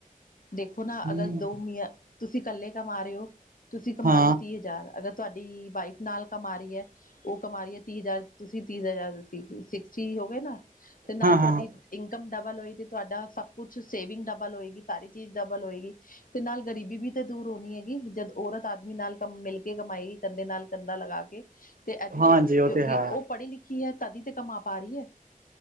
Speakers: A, on the left; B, on the right.
A: ਦੇਖੋ ਨਾ
B: ਹੂੰ
A: ਅਗਰ ਦੋ ਮੀਆਂ ਤੁਸੀਂ ਇਕੱਲੇ ਕਮਾ ਰਹੇ ਹੋ ਤੁਸੀਂ ਕਮਾ
B: ਹਾਂ
A: ਰਹੇ ਹੋ ਤੀਹ ਯਾਰ ਅਗਰ ਤੁਹਾਡੀ ਵਾਈਫ ਨਾਲ ਕਮਾ ਰਹੀ ਹੈ। ਉਹ ਕਮਾ ਰਹੀ ਹੈ ਤੀਹ ਹਜ਼ਾਰ ਤੁਸੀਂ ਤੀਹ ਹਜ਼ਾਰ ਸਿਕਸਟੀ ਹੋ ਗਏ ਨਾ ਤੇ ਨਾਲ
B: ਹਾਂ ਹਾਂ
A: ਤੁਹਾਡੀ ਇਨਕਮ ਡਬਲ ਹੋਈ ਤੇ ਤੁਹਾਡਾ ਸਭ ਕੁਛ ਸੇਵਿੰਗ ਡਬਲ ਡਬਲ ਹੋਏਗੀ ਸਾਰੀ ਚੀਜ਼ ਡਬਲ ਹੋਏਗੀ। ਤੇ ਨਾਲ ਗਰੀਬੀ ਵੀ ਤਾਂ ਦੂਰ ਹੋਣੀ ਹੈਗੀ ਜਦ ਔਰਤ ਆਦਮੀ ਨਾਲ ਕੰਮ ਮਿਲ ਕੇ ਕਮਾਏਗੀ ਕੰਧੇ ਨਾਲ ਕੰਧਾ ਲਗਾ ਕੇ ਤੇ ਐਜੂ
B: ਹਾਂਜੀ
A: ਕੇ ਕਿਉਂਕਿ
B: ਉਹ ਤੇ ਹੈ
A: ਉਹ ਪੜ੍ਹੀ ਲਿਖੀ ਕੀ ਹੈ ਤਦ ਤੇ ਕਮਾ ਪਾ ਰਹੀ ਹੈ